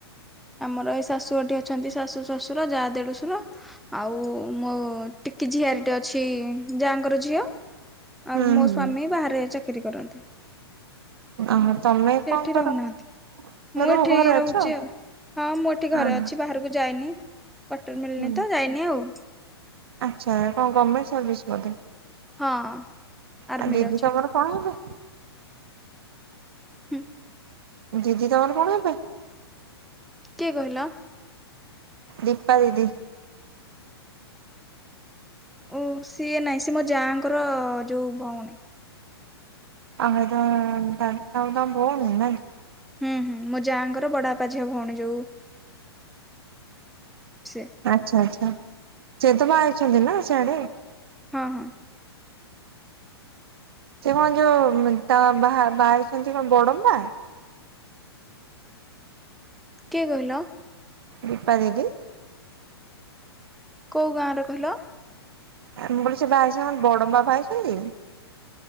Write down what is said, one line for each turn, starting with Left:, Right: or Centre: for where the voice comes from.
Centre: ଆମର ଏଇ ଶାଶୁ ଘର ଠି ଅଛନ୍ତି ଶାଶୁ, ଶ୍ୱଶୁର, ଯା, ଦେଢଶୁର ଆଉ ମୋ ଟିକି ଝିଆରି ଟେ ଅଛି ଯା'ଙ୍କର ଝିଅ। ଆଉ
Right: ହୁଁ
Centre: ମୋ
Right: ହୁଁ।
Centre: ସ୍ଵାମୀ ବାହାରେ ଚାକିରୀ କରନ୍ତି।
Right: ଓହୋ ତମେ
Centre: ସିଏ
Right: କଣ
Centre: ଏଠି
Right: କର
Centre: ରହୁନାହାନ୍ତି।
Right: ଘରୁ
Centre: ମୁଁ ଏଠି
Right: ଘରେ
Centre: ରହୁଛି
Right: ଅଛ
Centre: ଆଉ। ହଁ, ମୁଁ ଏଠି ଘରେ
Right: ଅହ
Centre: ଅଛି ବାହାରକୁ ଯାଇନି। କ୍ଵାଟର ମିଳିନି
Right: ହୁଁ।
Centre: ତ ଯାଇନି ଆଉ।
Right: ଆଚ୍ଛା। କ'ଣ ଗମେଣ୍ଟ ସର୍ଭିସ ବୋଧେ?
Centre: ହଁ, ଆର୍ମିରେ
Right: ଆ ଦିଦି
Centre: ଅଛନ୍ତି।
Right: ତମର କଣ <inaudible>
Centre: ହୁଁ।
Right: ଦିଦି ତମର କ'ଣ ହେବେ?
Centre: କିଏ କହିଲ?
Right: ଦୀପା ଦିଦି।
Centre: ଉଁ ସିଏ ନାଇଁ। ସିଏ ମୋ ଯା'ଙ୍କର ଯୋଉ ଭଉଣୀ।
Right: ଆମେ ତ ତା ତା ତାଙ୍କ ଭଉଣୀ।
Centre: ହୁଁ, ହୁଁ ମୋ ଯା'ଙ୍କର ବଡବାପା ଝିଅ ଭଉଣୀ ଯୋଉ ସେ।
Right: ଆଚ୍ଛା, ଆଚ୍ଛା ସିଏ ତ ବାହା ହେଇଛନ୍ତି ନା ସିଆଡେ।
Centre: ହଁ ହଁ।
Right: ସିଏ କ'ଣ ଯୋଉ ତ ବା ବାହା ହେଇଛନ୍ତି କ'ଣ ବଡମ୍ବା?
Centre: କିଏ କହିଲ?
Right: ଦୀପା ଦିଦି।
Centre: କୋଉ ଗାଁର କହିଲ?
Right: ମୁଁ କହିଲି ସେ ବାହା ହେଇଛନ୍ତି କ'ଣ ବଡମ୍ବା ବାହା ହେଇଛନ୍ତି?